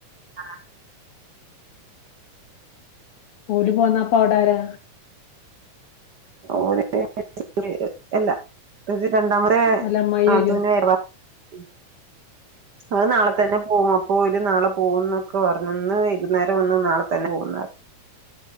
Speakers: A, on the right; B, on the left.
A: ആ
B: ഓര് പോന്നപ്പ അവിടരാ?
A: <unintelligible> എല്ലാം രണ്ടാമത്
B: ഓലെ അമ്മായി
A: നാത്തൂന്
B: വരോ
A: <unintelligible> അവര് നാളെ തന്നെ പോകും. ഇപ്പ വരും നാളെ പോകുന്നൊക്കെ പറഞ്ഞ് ഇന്ന് വൈകുന്നേരം വന്ന് നാളെ തന്നെ പോകുന്നെ.